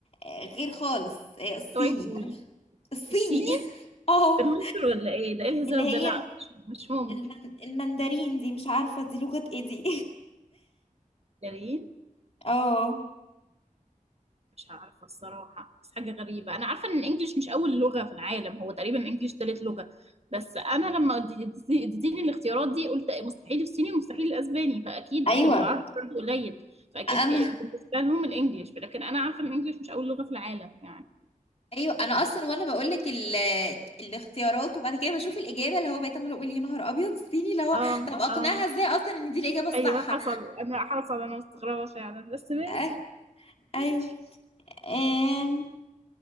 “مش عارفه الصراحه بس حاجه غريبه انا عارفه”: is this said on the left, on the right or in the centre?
Right